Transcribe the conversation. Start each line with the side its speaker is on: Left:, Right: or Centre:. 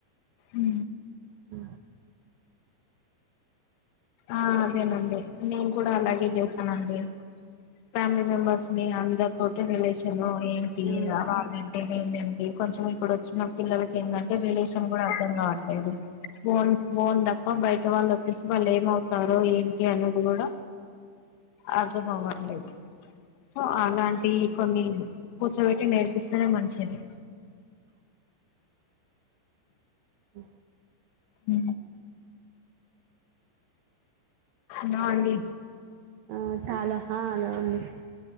Left: ఊ
Right: ఉ
Left: ఆ అదేనండి నేను కూడా అలాగే చేసానండి ఫ్యామిలీ మెంబర్స్ నీ అందర్ తోటి రిలేషనో ఏంటీ <unintelligible>
Right: అవును
Left: నే నేను కొంచెం ఇప్పుడు ఒచ్చిన పిల్లలకి ఏందంటే రిలేషన్ గూడా అర్థం గావట్లేదు బోన్ బోందప్ప బయట వాళ్ళు ఒచ్చేసి బలే ఏమవుతారో ఏంటి అనేది గూడా అర్థం అవట్లేదు సో అలాంటి కొన్ని కూర్చోవెట్టి నేర్పిస్తెనే మంచిది
Right: అ
Left: ఊ నా అండి
Right: ఆ చాలా ఆ హలో అంది